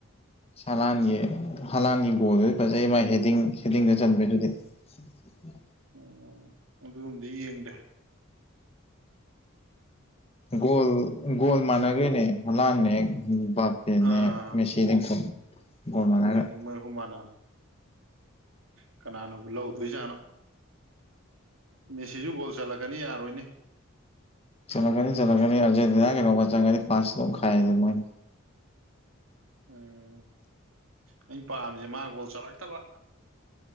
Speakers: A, on the left; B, on the right.
A: ꯍꯥꯂꯥꯟꯒꯤ ꯍꯥꯂꯥꯟꯒꯤ ꯒꯣꯜꯗꯨꯗꯤ ꯐꯖꯩ ꯃꯥꯥꯏ ꯍꯦꯗꯤꯡ ꯍꯦꯗꯤꯡꯗ ꯆꯟꯕꯩꯗꯨꯗꯤ <inaudible>
B: ꯎꯝ ꯑꯗꯨꯒꯨꯝꯕꯗꯤ ꯌꯦꯡꯗꯦ
A: ꯒꯣꯜ ꯒꯣꯜ ꯃꯥꯟꯅꯒ꯭ꯔꯦꯅꯦ ꯍꯂꯥꯟꯅ ꯍꯦ ꯑꯗꯨꯅꯦ
B: ꯑꯥ
A: ꯃꯦꯁꯤꯟꯅꯦ ꯒꯣꯜ ꯒꯣꯜ ꯃꯥꯟꯒ꯭ꯔꯦ
B: ꯃꯣꯏꯍꯨ ꯃꯥꯅ ꯀꯅꯥꯅꯕꯨ ꯂꯧ ꯗꯨꯏꯖꯥꯅꯣ ꯃꯦꯁꯤꯁꯨ ꯒꯣꯜ ꯆꯠꯂꯛꯀꯅꯤ ꯌꯥꯔꯣꯏꯅꯦ
A: ꯆꯠꯂꯛꯅꯤ ꯆꯠꯂꯛꯀꯅꯤ ꯑꯔꯖꯦꯟꯇꯤꯅꯥ ꯀꯩꯅꯣꯒ ꯆꯪꯉꯒꯅꯤ ꯐꯥꯁ ꯇꯧꯈꯥꯏ ꯃꯣꯏ
B: ꯎꯝ ꯑꯩꯅ ꯄꯥꯝꯃꯤꯁꯦ ꯃꯥ ꯒꯣꯜ ꯆꯠꯂꯛꯇꯕ